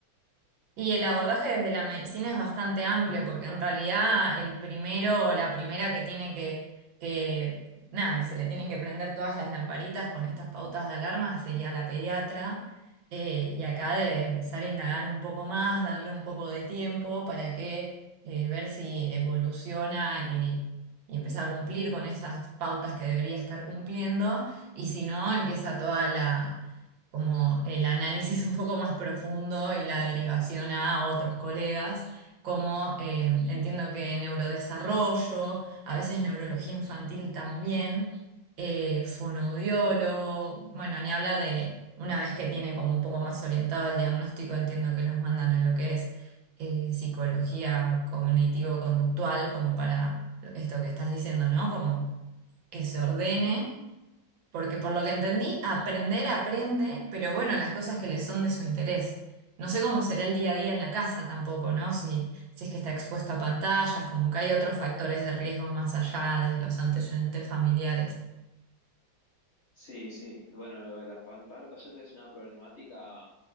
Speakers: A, on the right (about 80°); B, on the left (about 50°).
A: Y el abordaje desde la medicina es bastante amplio, porque en realidad el primero o la primera que tiene que, que, nada, que se le tienen que prender todas las lamparitas con estas pautas de alarma sería la pediatra. eh, y acá debe empezar a indagar un poco más, darle un poco de tiempo para que eh, ver si evoluciona y, y empieza a cumplir con esas pautas que debería estar cumpliendo. Y si no, empieza toda como el análisis <laughs> un poco más profundo y la derivación a otros colegas, como eh, entiendo que neurodesarrollo, a veces neurología infantil también, eh, fonoaudiólogo, bueno, ni hablar de una vez que tiene como un poco más orientado el diagnóstico, entiendo que los mandan a lo que es eh, psicología cognitivo-conductual, como para esto que estás diciendo, ¿no? Como que se ordene. Porque por lo que entendí, aprender aprende, pero bueno, las cosas que le son de su interés. No sé cómo será el día a día en la casa tampoco, ¿no? Si, si es que está expuesto a pantallas, como que hay otros factores de riesgo más allá de los antecedentes familiares.
B: Sí, sí. Bueno, lo de las pantallas es una problemática,